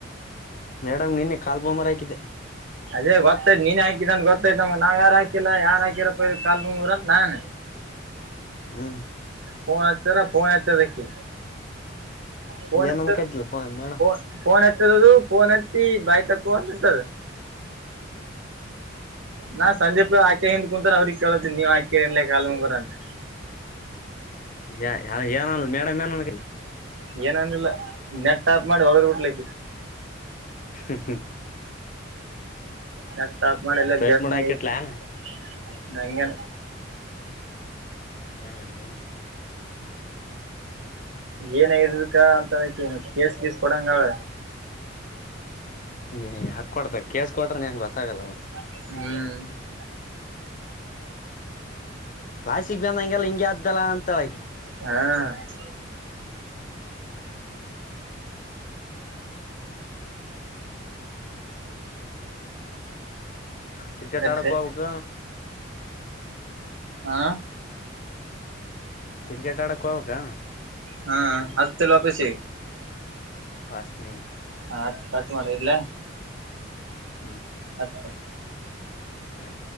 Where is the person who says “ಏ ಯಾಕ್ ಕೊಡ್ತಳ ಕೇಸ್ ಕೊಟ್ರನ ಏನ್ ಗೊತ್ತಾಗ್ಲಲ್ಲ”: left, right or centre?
Left